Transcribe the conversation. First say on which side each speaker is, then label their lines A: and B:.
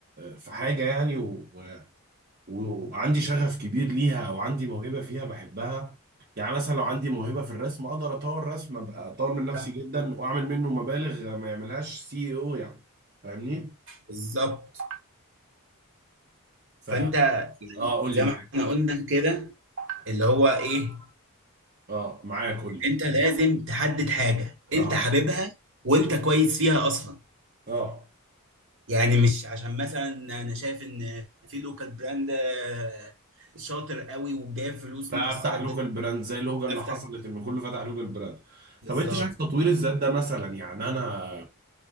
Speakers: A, on the right; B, on the right.
A: في حاجه يعني و- و- وعندي شغف كبير ليها او عندي موهبه فيها بحبها يعني مثلا لو عندي موهبه في الرسم اقدر اطور رسم ابقى اطور من نفسي
B: صح
A: جدا واعمل منه مبالغ ما يعملهاش سي او يعني فاهمني؟
B: بالظبط
A: فا
B: فانت يعني
A: اه قول
B: زي
A: لي معاك
B: ما احنا قلنا كده اللي هو ايه
A: اه معاك قول لي
B: انت لازم تحدد حاجه انت
A: اه
B: حاببها وانت كويس فيها اصلا
A: اه
B: يعني مش عشان مثلا انا شايف ان في لوكال براند آه، شاطر قوي وجايب فلوس
A: فافتح
B: مكسره الدنيا
A: لوكال براند زي اللوجا اللي
B: افتح
A: حصلت ان كله فتح لوكال براند
B: بالظبط
A: طب انت شايف تطوير الذات ده مثلا يعني انا